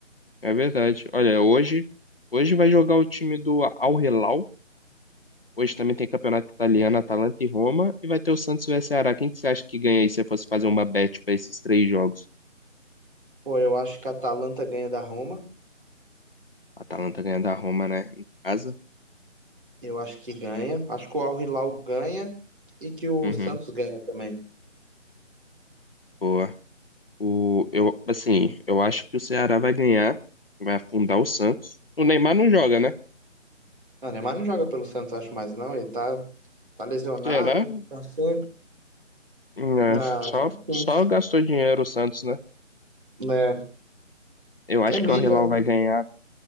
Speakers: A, on the left; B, on the right.
A: É verdade. Olha, hoje, hoje vai jogar o time do Al Hilal. Hoje também tem campeonato italiano, Atalanta e Roma. E vai ter o Santos vs Ceará. Quem que você acha que ganha aí se você fosse fazer uma bet para esses três jogos?
B: Pô, eu acho que a Atalanta ganha da Roma.
A: A Atalanta ganha da Roma, né? Em casa?
B: Eu acho que ganha. Acho que o Al Hilal ganha e que o
A: Uhum.
B: Santos ganha também.
A: Boa. O, eu, assim, eu acho que o Ceará vai ganhar. Vai afundar o Santos. O Neymar não joga, né?
B: Não, o Neymar não joga pelo Santos, acho mais não. Ele tá, tá lesionado,
A: Será?
B: tá sempre
A: Não,
B: na.
A: só,
B: Acho que sim.
A: só gastou dinheiro o Santos, né?
B: Né?
A: Eu acho
B: É mídia,
A: que o Al Hilal
B: né?
A: vai ganhar